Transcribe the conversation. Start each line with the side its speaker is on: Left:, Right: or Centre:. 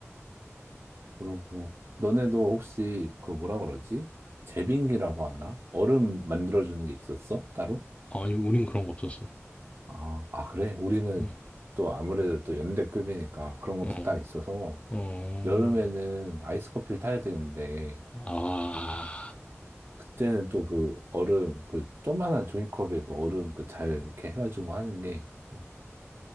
Right: 그러고 너네도 혹시 그 뭐라 그러지? 제빙기라고 하나? 얼음 만들어주는 게 있었어? 따로?
Left: 아니 우린 그런 거 없었어.
Right: 아, 아, 그래? 우리는
Left: 응.
Right: 또 아무래도 또 연대급이니까 그런 것도
Left: 어.
Right: 딱 있어서
Left: 어.
Right: 여름에는 아이스 커피를 타야 되는데
Left: 아.
Right: 그때는 또 그 얼음, 그 조그만한 종이컵에 그 얼음 그 잘 이렇게 해가지고 하는 게또